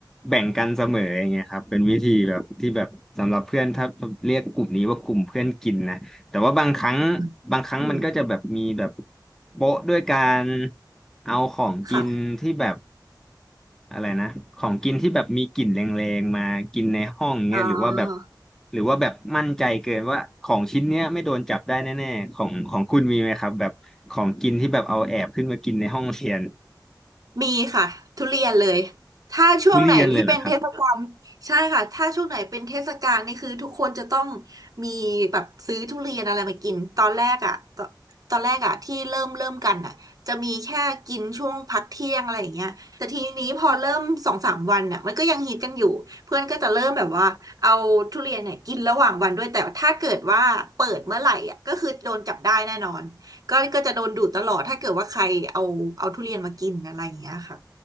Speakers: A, in the centre; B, on the right.
A: แบ่งกันเสมออย่างเงี้ยครับเป็นวิธีแบบที่แบบสำหรับเพื่อนถ้าเรียกกลุ่มนี้ว่ากลุ่มเพื่อนกินนะแต่ว่าบางครั้ง
B: <laughs>
A: บางครั้งมันก็จะแบบมีแบบ
B: อืม
A: โป๊ะด้วยการเอาของกินที่แบบ
B: ค่ะ
A: อะไรนะของกินที่แบบมีกลิ่นแรงๆมากินในห้องเงี้ยหรือว่าแบบ
B: อ๋อ
A: หรือว่าแบบมั่นใจเกินว่าของชิ้นเนี้ยไม่โดนจับได้แน่ๆของของคุณมีไหมครับแบบของกินที่แบบเอาแอบขึ้นมากินในห้องเรียน
B: มีค่ะทุเรียนเลยถ้าช่วงไหนที่เป็นเทศกาลใช่ค่ะถ้าช่วงไหนเป็นเทศกาลนี่คือทุกคนจะต้อง
A: ทุเรียนเลยเหรอครับ
B: มีแบบซื้อทุเรียนอะไรมากินตอนแรกอ่ะตอนตอนแรกอ่ะที่เริ่มเริ่มกันอ่ะจะมีแค่กินช่วงพักเที่ยงอะไรอย่างเงี้ยแต่ทีนี้พอเริ่มสองสามวันอ่ะมันก็ยังฮิตกันอยู่เพื่อนก็จะเริ่มแบบว่าเอาทุเรียนเนี่ยกินระหว่างวันด้วยแต่ถ้าเกิดว่าเปิดเมื่อไหร่อ่ะก็คือโดนจับได้แน่นอน ก็ก็จะโดนดูดตลอดถ้าเกิดว่าใครเอาเอาทุเรียนมากินอะไรอย่างเงี้ยค่ะ